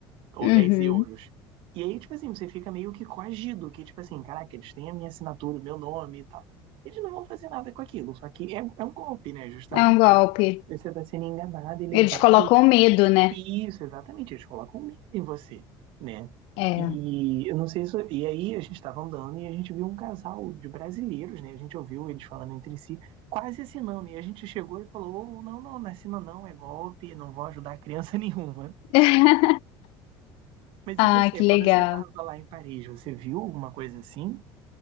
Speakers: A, on the right; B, on the left.
A: ou
B: uhum.
A: 10 euros. E aí, tipo assim, você fica meio que coagido, que tipo assim, caraca, eles têm a minha assinatura, o meu nome e tal. Eles não vão fazer nada com aquilo, só que é, é um golpe, né, justamente.
B: É um golpe.
A: Você está sendo enganado e levado.
B: Eles colocam medo, né?
A: e Isso, exatamente, eles colocam medo em você, né?
B: É.
A: E eu não sei se. E aí a gente estava andando e a gente viu um casal de brasileiros, né? A gente ouviu eles falando entre si, quase assinando. E a gente chegou e falou: "Ô, não, não, não assina não, é golpe, não vou ajudar criança <laughs> nenhuma.
B: <laughs>
A: Mas
B: Ah,
A: e você,
B: que
A: quando
B: legal.
A: você estava lá em Paris, você viu alguma coisa assim?